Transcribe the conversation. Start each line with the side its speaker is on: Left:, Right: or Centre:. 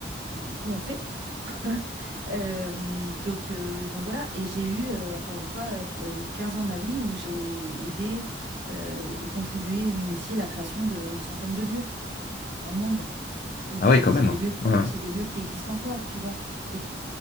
Right: Et du coup, on le fait. <laughs> Euh, donc, euh, donc voilà. Et j'ai eu, euh, encore une fois, euh, p- euh, 15 ans de ma vie où j'ai aidé euh, et contribué ou initié la création d'une centaine de lieux dans le monde. Donc,
Left: Ah ouais,
Right: euh,
Left: quand
Right: et c'est
Left: même.
Right: des lieux,
Left: Ouais.
Right: c'est des lieux qui existent encore, tu vois. Donc,